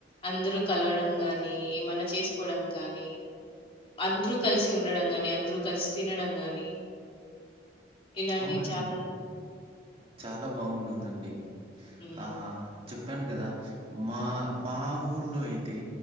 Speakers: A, on the left; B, on the right.
A: అందరు కలవడం గని ఏమన్నా చేసుకోవడం కానీ అందరూ కలిసి ఉండడం గాని అందరూ కలిసి తినడం గాని ఇలాంటివి
B: అవునండి.
A: చాలా
B: చాలా బాగుంటుందండి
A: హ్మ్.
B: ఆహ్ చెప్పు చెప్పాను కదా మా మా ఊర్లో అయితే